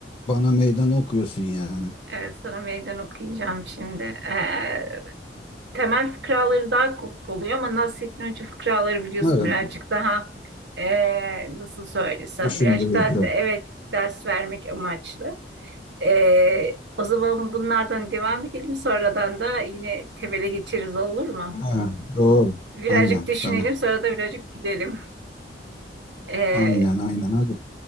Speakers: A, on the left; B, on the right.
A: bana meydan okuyorsun yani.
B: Ee, sana meydan okuyacağım şimdi. Ee, temel fıkraları daha kopuk oluyor ama Nasrettin Hoca fıkraları biliyorsun
A: Madem
B: birazcık daha ee, nasıl söylesem
A: düşündürücü.
B: birazcık daha de- evet ders vermek amaçlı. Ee, o zaman bunlardan devam edelim sonradan da yine tebele geçeriz olur mu?
A: Ha, doğru.
B: Birazcık
A: Aynen
B: düşünelim
A: tamam.
B: sonra da birazcık gülelim. Ee,
A: Aynen aynen hadi.